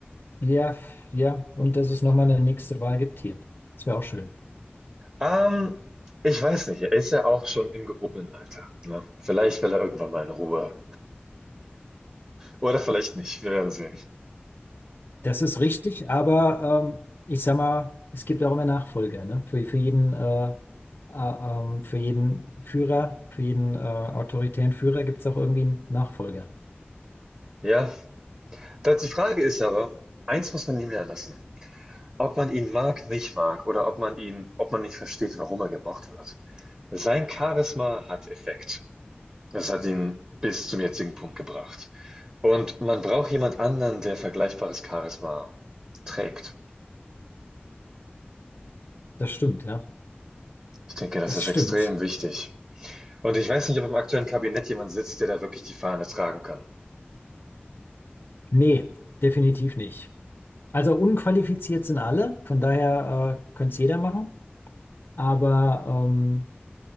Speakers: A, on the left; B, on the right.
A: Ja, ja, und dass es nochmal eine nächste Wahl gibt hier. Das wäre auch schön.
B: Ähm, ich weiß nicht, er ist ja auch schon im gehobenen Alter. Ne? Vielleicht will er irgendwann mal in Ruhe. Oder vielleicht nicht, wir werden sehen.
A: Das ist richtig, aber ähm, ich sag mal, es gibt auch immer Nachfolger, ne? Für, für jeden, äh, äh, ähm, für jeden Führer, für jeden äh, autoritären Führer gibt es auch irgendwie einen Nachfolger.
B: Ja, das die Frage ist aber, eins muss man ihm ja lassen. Ob man ihn mag, nicht mag, oder ob man ihn, ob man nicht versteht, warum er gemocht wird. Sein Charisma hat Effekt. Das hat ihn bis zum jetzigen Punkt gebracht. Und man braucht jemand anderen, der vergleichbares Charisma trägt.
A: Das stimmt, ja.
B: Ich denke, das
A: Das
B: ist
A: stimmt.
B: extrem wichtig. Und ich weiß nicht, ob im aktuellen Kabinett jemand sitzt, der da wirklich die Fahne tragen kann.
A: Nee, definitiv nicht. Also unqualifiziert sind alle, von daher äh, könnte es jeder machen. Aber ähm,